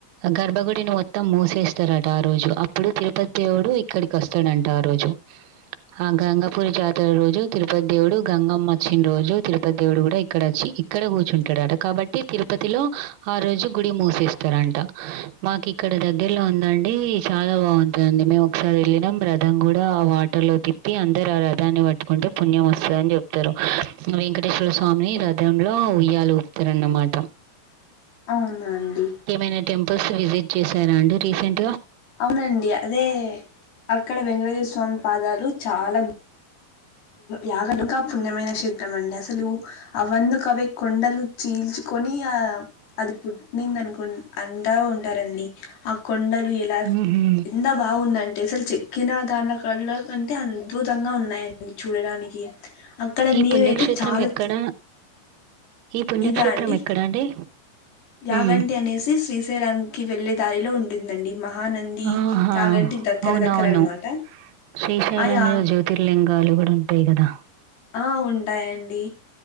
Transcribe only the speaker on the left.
అవునా అండి
అవునండి అదే అక్కడ వెంకటేశ్వర స్వామి పాదాలు చాలా యాగం ఇంకా పుణ్యమైన క్షేత్రం అండి అసలు అవన్న కవి కొండలు చీల్చు కొని అది పు నింద అనుకు అందా ఉంటారండి ఆ కొండలు ఎలా
ఎంత బాగుందం టే అసలు చెక్కిన దాని కళ్ కంటే అద్భుతంగా ఉన్నాయి చూడడానికి అక్కడ
నీరు
అయితే చాలా
ఇదా అండి
యాగంటి
అనేసి శ్రీశైలంకి వెళ్ళే దారిలో ఉంటుందండి మహానంది
యాగంటి దగ్గర
దగ్గర అనమాట
ఆ యా
ఆ ఉంటాయండి